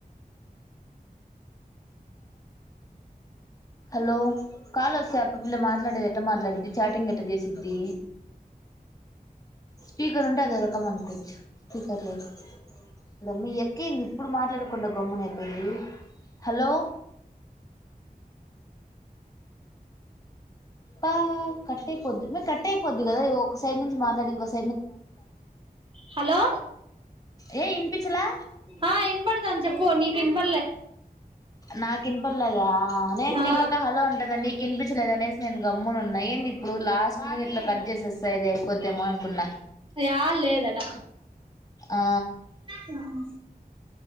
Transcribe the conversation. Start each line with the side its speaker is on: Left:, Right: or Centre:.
Left: హలో కాల్ వస్తాయి ఆ పిల్ల మాట్లాడేది ఎట్ట మాట్లాడేది చాటింగ్ ఎట్ట చేసిద్ది స్పీకర్ ఉంటే అదో రకం అనుకోవచ్చుపీ ఇదమ్మ ఎక్కింది ఇప్పుడు మాట్లాడకుండా గమ్మున అయిపోయింది హలో పా కట్ అయిపోద్ది కట్ అయిపోద్ది కదా ఒక సైడ్ నుంచి మాట్లాడి ఇంకోస్
Right: హలో
Left: ఏ ఇనిపించలా
Right: ఆ ఇన్పడతాంది చెప్పు నీకు వినప
Left: నాకు ఇన్పల్లేదా నేను
Right: ఆ
Left: నీ పక్క హలో అంటున్న నీ కినిపించలేదనేసి నేను గమ్మున నేనిప్పుడు లాస్ట్ మినిట్ లో కట్ చేసేస్తా ఇది అయిపోద్దేమో అనుకున్నా
Right: ఏడ లేదట
Left: ఆ
Right: హ్మ్